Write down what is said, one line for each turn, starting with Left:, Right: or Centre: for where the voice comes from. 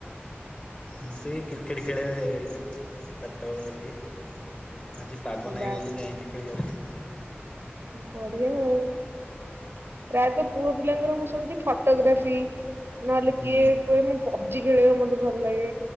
Left: ମୁଁ ସେଇ କ୍ରିକେଟ ଖେଳେ ଚାରିଟା ବଳିଆ ଟିକେ ଆଜି ପାଗ
Right: ହଁ
Left: ନାହିଁ
Right: ବା
Left: ବୋଲି ଯାଇନି ଖେଳିବା
Right: ବଢିଆ ଆଉ। ପ୍ରାୟତଃ ପୁଅ ପିଲାଙ୍କର ମୁଁ ଶୁଣିଛି ଫଟୋଗ୍ରାଫି। ନହେଲେ କିଏ
Left: ହୁଁ
Right: କହେ ମୁଁ ପବ୍ ଜି ଖେଳିବାକୁ ମତେ ଭଲ ଲାଗେ